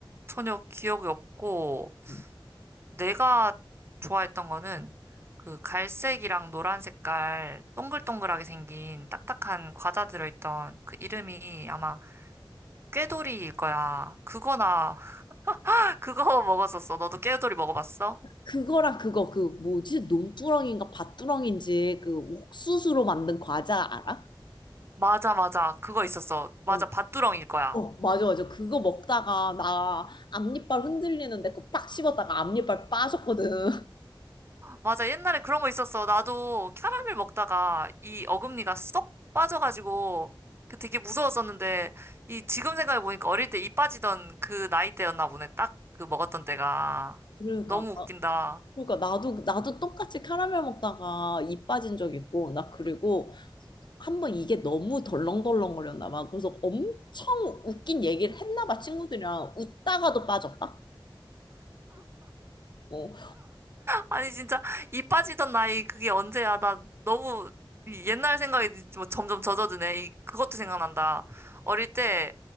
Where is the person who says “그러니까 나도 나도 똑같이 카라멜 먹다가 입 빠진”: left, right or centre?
Left